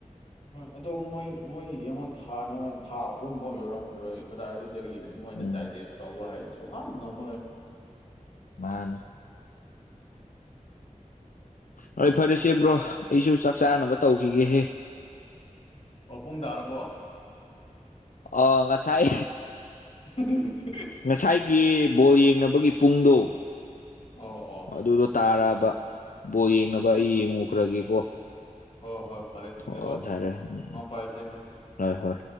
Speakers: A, on the left; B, on the left.
A: ꯍꯣꯏ ꯑꯗꯣ ꯃꯣꯏ ꯃꯣꯏ ꯌꯦꯡꯉꯣ ꯊꯥ ꯅꯣ ꯊꯥ ꯑꯍꯨꯝꯐꯥꯎ ꯌꯧꯔꯝꯈꯤꯔꯣꯏ ꯀꯗꯥꯏꯗꯒꯤ ꯃꯣꯏꯅ
B: ꯎꯝ
A: ꯗꯥꯏꯖꯦꯁ ꯇꯧꯕ ꯍꯥꯏꯗꯤ ꯁꯨꯡꯉꯝ ꯉꯝꯃꯔꯣꯏ
B: ꯃꯥꯅꯦ ꯍꯣꯏ ꯐꯔꯦꯁꯦ ꯕ꯭ꯔꯣ ꯑꯩꯁꯨ ꯆꯥꯛ ꯆꯥꯅꯕ ꯇꯧꯈꯤꯒꯦꯍꯦ
A: ꯑꯣ ꯄꯨꯡ ꯇꯥꯔꯕꯣ
B: ꯑꯣ ꯉꯁꯥꯏ
A: <unintelligible>
B: ꯉꯁꯥꯏꯒꯤ ꯕꯣꯜ ꯌꯦꯡꯅꯕꯒꯤ ꯄꯨꯡꯗꯣ
A: ꯑꯣ ꯑꯣ
B: ꯑꯗꯨꯗꯣ ꯇꯥꯔꯛꯑꯕ ꯕꯣꯠ ꯌꯦꯡꯅꯕ ꯑꯩ ꯌꯦꯡꯉꯨꯈ꯭ꯔꯒꯦꯀꯣ
A: ꯍꯣ ꯍꯣꯏ ꯐꯔꯦ ꯑꯗꯨꯗꯤ
B: ꯑꯣ
A: ꯀꯣ
B: ꯊꯥꯔꯦ ꯎꯝ
A: ꯃꯪ ꯐꯔꯁꯦ
B: ꯍꯣꯏ ꯍꯣꯏ